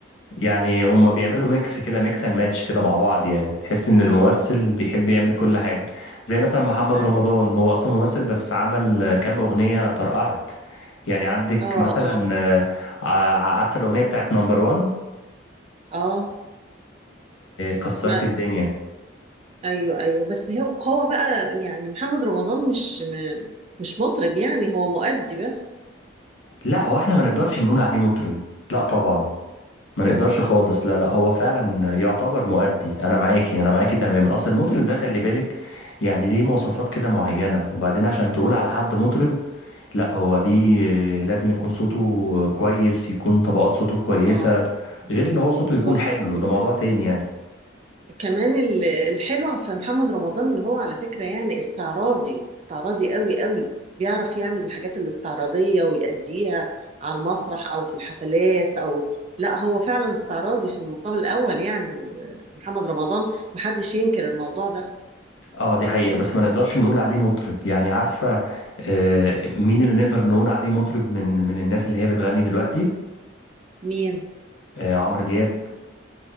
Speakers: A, on the left; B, on the right.
A: يعني هم بيعملوا ميكس كده ميكس اند ماتش كده مع بعض يعني تحس ان الممثل بيحب يعمل كل حاجة زي مثلا محمد
B: ايوه
A: رمضان هو اصلا ممثل بس عمل آه، كام اغنية طرقعت يعني عندك
B: اه
A: مثلا
B: اه
A: آه، ع- عارفة الاغنية بتاعت نمبر وان
B: اه
A: كسرت
B: ما
A: الدنيا
B: ايوه ايوه بس هو هو بقى يعني محمد رمضان مش م- مش مطرب يعني هو مؤدي بس
A: لا هو احنا ما نقدرش نقول عليه مطرب لا طبعا ما نقدرش خالص لا لا هو فعلا يعتبر مؤدي انا معاكي انا معاكي تماما اصل المطرب ده خلي بالك يعني ليه مواصفات كده معينة وبعدين عشان تقول على حد مطرب لا هو ليه لازم يكون صوته كويس يكون طبقات صوته كويسة
B: اه
A: غير ان هو صوته
B: بالظبط
A: يكون حلو ده موضوع تاني يعني
B: كمان ال- الحلو في محمد رمضان اللي هو على فكرة يعني استعراضي استعراضي قوي قوي بيعرف يعمل الحاجات الاستعراضية ويأديها على المسرح أو في الحفلات أو لا هو فعلا استعراضي في المقام الأول يعني محمد رمضان محدش ينكر الموضوع ده
A: اه دي حقيقة بس ما نقدرش نقول عليه مطرب يعني عارفة آه، مين اللي نقدر نقول عليه مطرب من من الناس اللي هي بتغني دلوقتي
B: مين؟
A: آه، عمرو دياب